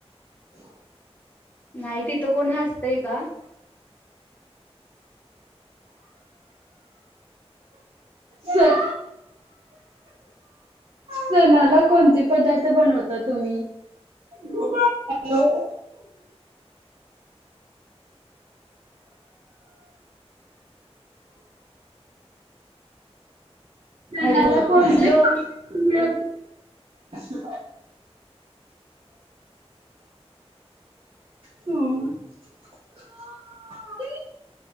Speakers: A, on the right; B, on the left.
A: <inaudible>
B: नाही तिथं कोण हसतंय का?
A: सल सणाला कोणते पदार्थ बनवता तुम्ही? हॅलो <inaudible> तेनाला
B: हॅलो
A: कोण
B: हॅलो
A: पे मिळत <inaudible> <inaudible> सो <unintelligible> <inaudible>